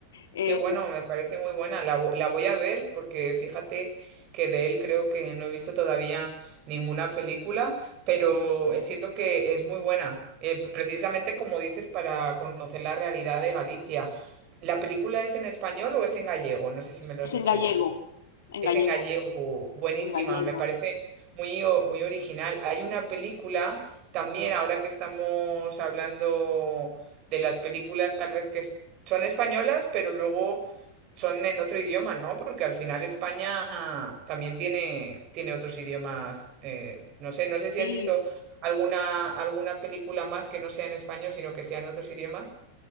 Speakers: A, on the left; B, on the right.
A: Eh,
B: Qué bueno, me parece muy buena. La, vo- la voy a ver porque fíjate que de él creo que no he visto todavía ninguna película, pero siento que es muy buena. Eh, precisamente como dices, para conocer la realidad de Galicia. ¿La película es en español o es en gallego? No sé si me lo has
A: es
B: dicho
A: en gallego,
B: ya.
A: en
B: Es
A: gallego,
B: en gallego, buenísima,
A: en gallego.
B: me parece muy, o- muy original. Hay una película también, ahora que estamos hablando de las películas, tal vez que es- son españolas, pero luego son en otro idioma, ¿no? Porque al final España también tiene, tiene otros idiomas. eh, no sé, no sé si
A: Sí,
B: has visto alguna, alguna película más que no sea en español, sino que sea en otros idiomas.